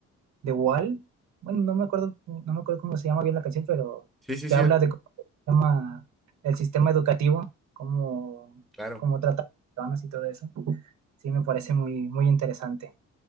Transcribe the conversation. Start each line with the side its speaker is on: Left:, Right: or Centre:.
Right: The Wall. Bueno, no me acuerdo, no me acuerdo cómo se llama bien la canción, pero
Centre: Sí, sí,
Right: que
Centre: sí,
Right: habla de cómo se llama el sistema educativo, cómo,
Centre: claro.
Right: cómo trata a las personas y todo eso. Sí, me parece muy, muy interesante.